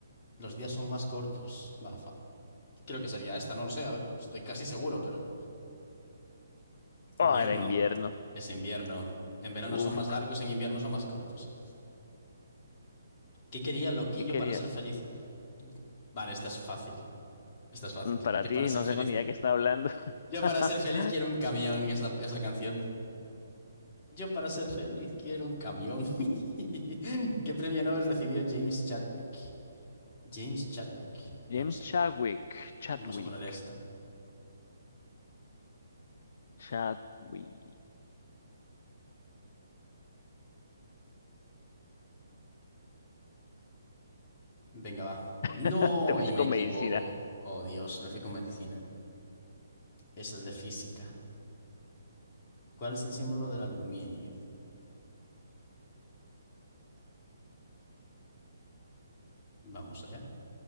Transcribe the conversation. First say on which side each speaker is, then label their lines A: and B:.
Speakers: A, on the left; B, on the left.
A: los días son más cortos? Va, fácil. Creo que sería esta, no lo sé, a ver, estoy casi seguro, pero... Invierno,
B: Oh, era invierno.
A: es invierno. En verano
B: Uf,
A: son más largos, en invierno son más cortos. ¿Qué quería Loquillo
B: ¿qué quería?
A: para ser feliz? Vale, esta es fácil, esta es fácil.
B: Mm, Para
A: Yo
B: ti,
A: para ser
B: no
A: feliz...
B: tengo ni idea de qué está hablando.
A: Yo
B: <laughs>
A: para ser feliz quiero un camión, es la, es la canción. Yo para ser feliz quiero un camión. <laughs> ¿Qué premio Nobel recibió James Chadwick? James Chadwick.
B: James
A: No lo sé.
B: Chadwick, Chadwick.
A: Vamos a poner esta.
B: Chadwick.
A: Venga, va.
B: <laughs>
A: No,
B: Te fuiste
A: y me
B: con
A: equivoco.
B: medicina.
A: Oh, Dios, me fui con medicina. Es el de física. ¿Cuál es el símbolo del aluminio? Vamos allá.